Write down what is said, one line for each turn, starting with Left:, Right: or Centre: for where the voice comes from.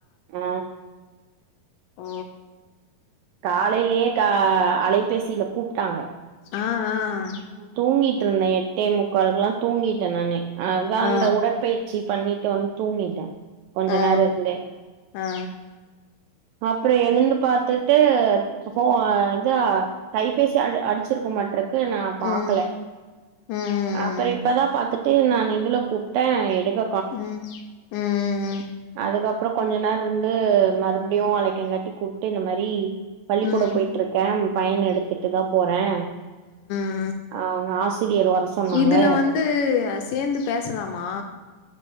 Right: அ
Left: ஓ
Right: காலைலே கா அலைபேசில கூப்ட்டாங்க
Left: ஆ ஆ
Right: தூங்கிட்ருந்தே எட்டே முக்காலுக்லா தூங்கிட்டே நானு அதா
Left: ஆ
Right: அந்த உடற்பயிற் ச்சி பண்ணிட்டு வந்து தூங்கிட்டே கொஞ்ச
Left: ஆ ஆ
Right: நேர இருந்தே
Left: ஆ
Right: அப்றோ எழுந்து பாத்துட்டு இப்ப ஃபோ இதா கைபேசி அட் அடிச்சிருக்குமாட்ருக்கு நா பாக்கல
Left: ம் ம்
Right: அப்பற இப்பதா பாத்துட்டு நான் இதுல கூப்ட்டே எடுக்க
Left: ம் ம் ம் ம்
Right: அதுக்கப்றோ கொஞ்ச நேர இருந்து மறுபடியு அழைக்கங்காட்டி கூப்ட்டு இந்த மாரி பள்ளிக்கூட
Left: ம்
Right: போயிட்ருக்கே பையன எடுத்துட்டு தா போறே
Left: அ
Right: அவங்க ஆசிரியர் வர சொன்னாங்க
Left: இதுல வந்து சேந்து பேசலாமா